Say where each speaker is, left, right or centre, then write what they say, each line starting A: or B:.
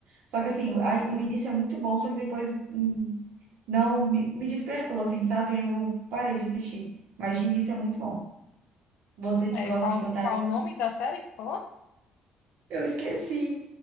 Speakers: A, on the right; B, on the left.
A: Só que assim, a- o início é muito bom, só que depois. hum, não, me, me despertou, assim, sabe? Aí eu parei de assistir. Mas de início é muito bom. Você que
B: é,
A: gosta
B: qual,
A: de fantasia.
B: qual o nome da série que tu falou?
A: Eu esqueci.